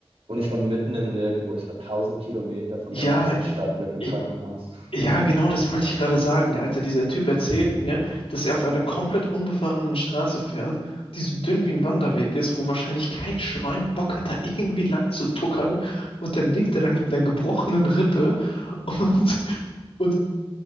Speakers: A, on the right (about 75°); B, on the left (about 70°).
A: Und ich war mitten im Nirgendwo. Ich war tausend Kilometer von
B: Ja,
A: der nächsten Stadt mit einem
B: ich,
A: Krankenhaus.
B: Ja, genau das wollte ich gerade sagen, Alter. Dieser Typ erzählt mir, dass er auf einer komplett unbefahrenen Straße fährt, die so dünn wie ein Wanderweg ist, wo wahrscheinlich kein Schwein Bock hat, da irgendwie lang zu tuckern. Und dann liegt er da mit einer gebrochenen Rippe. Und, und